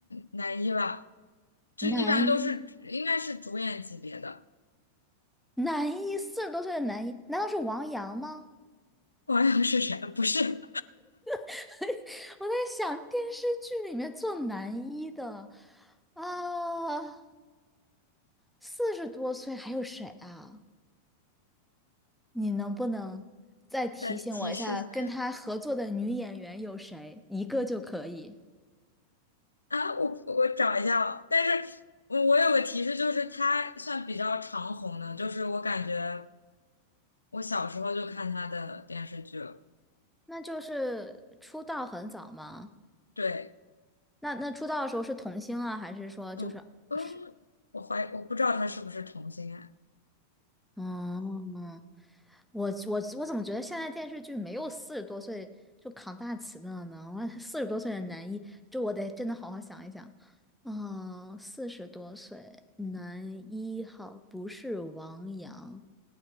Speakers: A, on the left; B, in the centre.
A: 男一吧，这一般都是应该是主演级别的，
B: 男一，男一，四十多岁的男一，难道是王阳吗？
A: 网友是谁？不是，
B: <laughs> 我在想电视剧里面做男一的啊，四十多岁还有谁啊？你能不能再提醒我一下，
A: <laughs> 再提示，
B: 跟他合作的女演员有谁？一个就可以。
A: 啊，我我找一下哦，但是我我有个提示，就是他算比较长红的，就是我感觉我小时候就看他的电视剧了。
B: 那就是出道很早吗？
A: 对，
B: 那那出道的时候是童星啊，还是说就是是
A: 不，嗯，我怀疑我不知道他是不是同性恋。
B: 嗯，我我我怎么觉得现在电视剧没有四十多岁就扛大旗的了呢？我四十多岁的男一，就我得真的好好想一想。嗯，四十多岁男一号不是王阳，